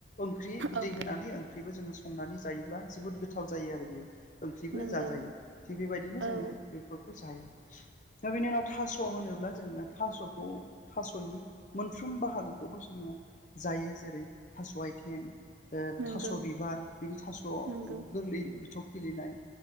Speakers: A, on the left; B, on the right.
A: ओंख्रि बिदै
B: औ
A: होनानै ओंख्रिबो जोङो संनानै जायोब्ला जोबोद गोथाव जायो आरो बेयो। ओंख्रिबो
B: नोंगौ
A: जाजायो थिग बेबायदिनो जोङो
B: औ
A: बेफोरखौ जायो। दा बिनि उनाव थास' होनोब्ला जोङो थास'खौ थास'नि मोनफ्रोम बाहागोखौबो जोङो जायो जेरै थास' आथिं ओ
B: नोंगौ
A: थास' बिबार बिनि थास'
B: नोंगौ
A: गोरलै बिथौ खिलिनाय।